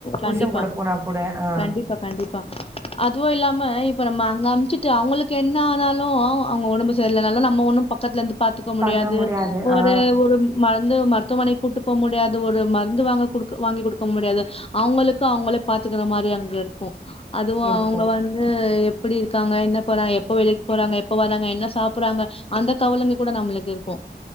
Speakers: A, on the left; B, on the right.
A: கண்டிப்பா.
B: புருஷங்கூட போனா ஆ
A: கண்டிப்பா கண்டிப்பா அதுவு இல்லாம இப்ப நம்ம அங்க சம்ச்சுட்டு அவ்ங்களுக்கு என்ன ஆனாலு அவ்ங்க ஒடம்பு சரிய்லனாலு நம்ம ஒன்னு பக்கத்ல இருந்து பாத்துக்க முடியாது
B: பண்ண
A: ஒரு
B: ஆ
A: ஒரு மரு ந்து மருத்துவமனைக்கு கூட்டு போ முடியாது ஒரு மருந்து வாங்க குடுக்க வாங்கி குடுக்க முடியாது அவ்ங்களுக்கு அவ்ங்களே பாத் துக்கிற மாரி அங்க இருக்கு அதுவு
B: இருக்கு
A: அவ்ங்க வந்து எப் ப்டி இருக்காங்க என்ன போறா எப்ப வேலைக்கு போறாங்க எப்ப வர்ராங்க என்ன சாப்ட்றாங்க அந்த கவலைங்க கூட நம்மளுக்கு இருக்கு